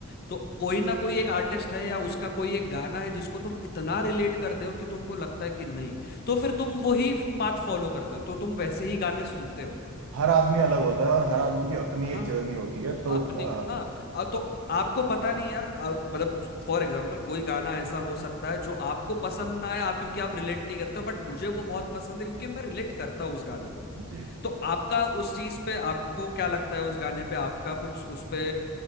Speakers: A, on the left (about 45°); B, on the right (about 70°).
A: तो कोई ना कोई एक आर्टिस्ट है या उसका कोई एक गाना है जिसको तुम इतना रिलेट कर दो कि तुमको लगता है कि नहीं तो फिर तुम वही पाथ फॉलो करते हो तो तुम वैसे ही गाने सुनते हो
B: हर आदमी अलग होता है और हर आदमी की अपनी
A: हाँ
B: एक जर्नी होती है तो
A: अपने
B: अ,
A: हाँ अ, तो आपको पता नहीं यार अ, मतलब फॉर एग्जांपल कोई गाना ऐसा हो सकता है जो आपको पसंद ना आए आप क्योंकि आप रिलेट नहीं करते हो बट मुझे वो बहुत पसंद है क्योंकि मैं रिलेट करता हूँ उस गाने को
B: जी
A: तो आपका उस चीज पे आपको क्या लगता है उस गाने पे आपका कुछ उस पे